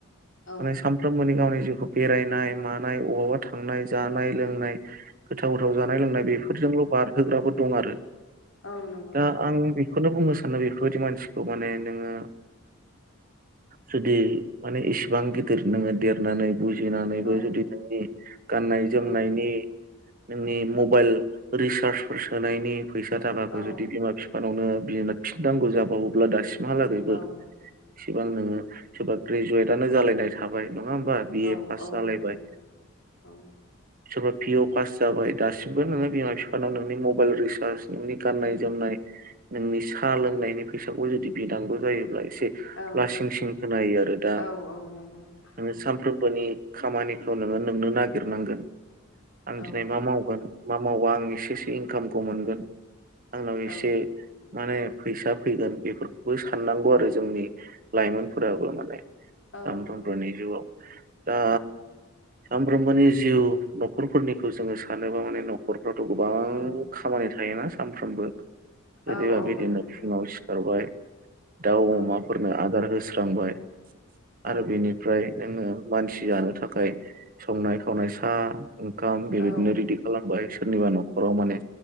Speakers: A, on the left (about 60°); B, on the right (about 40°).
A: औ
B: माने सानफ्रोमबोनि गावनि जिउखौ बेरायनाय मानाय अबावबा थांनाय जानाय लोंनाय गोथाव गोथाव जानाय लोंनाय बेफोरजोंल' बारहोग्राबो दं आरो
A: औ नंगौ
B: दा
A: नोंथां
B: आं
A: नंगौ
B: बेखौनो बुं मोसानो बेफोरबायदि मानसिखौ माने नोङो जुदि माने इसेबां गिदिर नोङो देरनानै बुजिनानैबो
A: औ
B: जुदि नोंनि गाननाय जोमनायनि
A: औ
B: नोंनि मबाइल रिसार्जफोर सोनायनि फैसा थाखाखौ
A: औ
B: जुदि बिमा बिफा बिफानावनो बिना फिननांगौ जाबावोब्ला दासिमहालागैबो
A: औ
B: इसिबां नोङो सोरबा ग्रेजुवेटनो जालायनाय थाबाय नङा होमबा बिए
A: औ
B: फास
A: औ
B: जालायबाय
A: नंगौ नोंथां औ
B: सोरफ्रा पिअ पास जाबाय दासिमबो नोङो बिमा बिफानाव नोंनि मबाइल रिसार्ज नोंनि गाननाय जोमनाय नोंनि साहा लोंनायनि फैसाखौ जुदि बिनांगौ जायोब्ला एसे
A: औ
B: लासिं सिं खोनायो आरो दा
A: औ औ नंगौ नोंथां
B: नों सानफ्रोमबोनि खामानिखौ नोङो नोंनो नागिरनांगोन आं
A: औ
B: दिनै
A: औ
B: मा मावगोन मा मावबा आं एसेसो इनकामखौ मोनगोन आंनाव
A: औ
B: एसे माने फैसा फैगोन बेफोरखौबो साननांगौ आरो जोंनि लाइमोनफोराबो माने सानफ्रोमबोनि
A: औ नंगौ नोंथां
B: जिवआव दा सामफ्रोमबोनि जिउ न'खरफोरनिखौ जोङो सानोबा माने न'खर रथ' गोबां
A: औ
B: खामानि थायोना सानफ्रोमबो ओरैबा
A: औ औ
B: बिदिनो
A: नंगौ नोंथां
B: फुङाव सिखारबाय दाउ
A: औ
B: अमाफोरनो आदार होस्रांबाय
A: औ
B: आरो बेनिफ्राय जोङो मानसि जानो थाखाय संनाय खावनाय सा ओंखाम बेबायदिनो
A: औ
B: रेडि खालामबाय सोरनिबा न'खराव माने